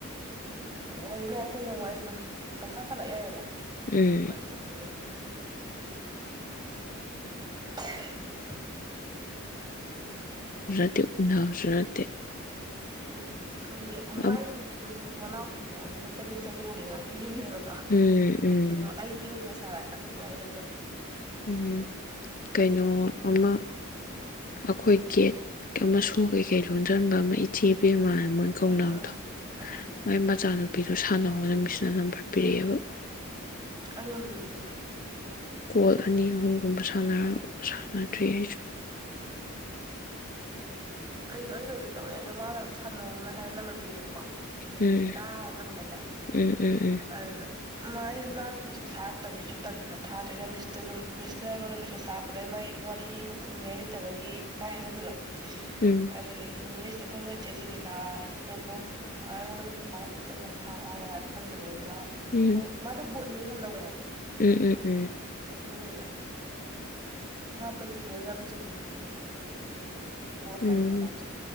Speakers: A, on the right (about 20°); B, on the left (about 40°).
A: ꯑꯗꯨꯒꯤ ꯍꯥꯏꯗ ꯑꯩꯈꯣꯏꯅ ꯋꯥꯔꯤ ꯑꯗꯨꯝ ꯄꯪꯁꯥ ꯁꯥꯏ ꯑ ꯅꯅꯥ
B: ꯎꯝ
A: ꯑꯔꯤ ꯆ ꯃꯅꯤ <unintelligible> <unintelligible>
B: ꯇꯛꯅꯥꯎꯁꯨ ꯅꯠꯇꯦ
A: ꯑꯗꯨꯅꯤ ꯈꯪꯗꯦ
B: ꯎꯝ
A: ꯋꯥꯔꯤꯗꯤ ꯑꯗꯨꯝ ꯃꯅꯥꯎ ꯄꯤꯅꯦ ꯍꯥꯏꯕ ꯑꯗꯨꯝ ꯆꯕꯦꯡ ꯆꯕꯦꯡꯕꯨꯗꯤ ꯉꯥꯡꯕꯤꯈꯤꯕꯅꯦꯕ
B: ꯎꯝ
A: ꯑꯗꯣ ꯑꯩꯒꯤ ꯑꯣꯏꯅ ꯁꯥꯔꯀꯥꯟꯗꯤ ꯋꯥꯔꯤ ꯂꯩꯇꯕ꯭ꯔ
B: ꯎ ꯀꯩꯅꯣ ꯑꯃ ꯑꯩꯈꯣꯏ ꯒꯦꯠ ꯑꯃ ꯁꯣ ꯀꯩꯀꯩ ꯂꯣꯟꯁꯤꯟꯕ ꯑꯃ ꯏꯆꯦ ꯄꯦꯝꯃ ꯃꯣꯏ ꯈꯣꯡꯅꯥꯎꯗ
A: ꯎꯝ ꯎꯝ ꯎꯝ
B: ꯃꯣꯏ ꯃꯆꯥꯅꯨꯄꯤ ꯑꯗꯨ ꯁꯥꯟꯅ ꯍꯣꯠꯅꯕꯤꯁꯤꯅ ꯅꯝꯕꯔ ꯄꯤꯔꯛꯑꯦꯕ
A: ꯑꯩꯉꯣꯟꯗꯁꯨ ꯄꯤꯔꯛꯑꯦ
B: ꯀꯣꯜ ꯑꯅꯤ ꯑꯍꯨꯝꯒꯨꯝꯕ ꯁꯥꯟꯅꯗ꯭ꯔꯤ ꯑꯩꯁꯨ
A: ꯑꯩꯁꯨ ꯑꯩꯗꯧꯗꯤ ꯇꯧꯋꯦ ꯑꯗꯣ ꯃꯥꯅ ꯁ ꯁꯥꯥꯟꯗꯣꯡꯅ ꯍꯥꯏꯔꯒ ꯅꯝꯕꯔ ꯄꯤꯔꯛꯑꯦꯀꯣ ꯀꯣ ꯗꯤꯂꯤꯀꯥ
B: ꯎꯝ
A: ꯍꯥꯏꯕ꯭ꯔ ꯀꯚꯥꯏꯗ
B: ꯎꯝ ꯎꯝ
A: ꯑꯗꯨ ꯃꯥ ꯑꯩꯗ ꯃꯥꯁꯨ ꯃꯦꯁꯦꯖ ꯊꯔꯛꯇꯕꯅꯤ ꯑꯩꯁꯨ ꯇꯟꯗꯅ ꯊꯥꯗ꯭ꯔꯣꯏꯩꯅ ꯃꯤꯁꯇ ꯑꯗꯨꯝ ꯃꯤꯁꯅ ꯑꯩꯉꯣꯟꯗ ꯃꯦꯁꯦꯖ ꯊꯔꯛꯄꯗ ꯑꯩ ꯃꯥꯏ ꯋꯥꯔꯤ ꯑꯃ ꯈꯨꯝꯅꯤꯡꯉꯥꯏ ꯂꯩꯇꯕꯒꯤ ꯥꯏ ꯍꯥꯏꯖꯟꯕꯗꯣ
B: ꯎꯝ
A: ꯑꯗꯩ ꯃꯤꯁ ꯆꯠꯐꯝ ꯑꯣꯏꯇꯦ ꯖꯤꯂꯤꯀꯥꯗꯣ ꯑꯩꯉꯣꯟꯗ ꯃꯦꯁꯦꯁ ꯊꯥꯔꯛꯇꯦꯗꯣ ꯑꯩꯅ ꯊꯥꯎ ꯍꯥꯏꯔꯅ ꯍꯪꯖꯜꯂꯛꯦ ꯑꯗꯨꯗꯣ
B: ꯎꯝ
A: ꯃꯣꯏ ꯃꯥ ꯂꯥ ꯀꯩꯅꯣꯝ ꯂꯧꯋꯦ ꯍꯥꯏꯌꯦ
B: ꯎꯝ ꯎꯝ ꯎꯝ
A: ꯑꯗꯨꯒꯤꯒ ꯃꯥ ꯄꯩ ꯇꯤꯀꯦ ꯌꯥꯝ ꯆꯤꯟꯕꯅꯦꯅ
B: ꯎꯝ
A: ꯍꯥꯏꯔꯩꯅ ꯃꯥꯏ